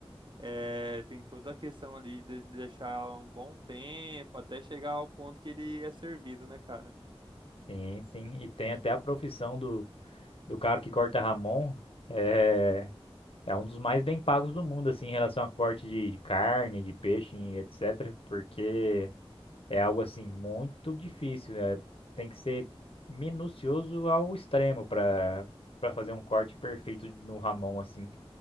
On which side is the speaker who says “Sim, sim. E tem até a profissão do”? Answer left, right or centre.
Left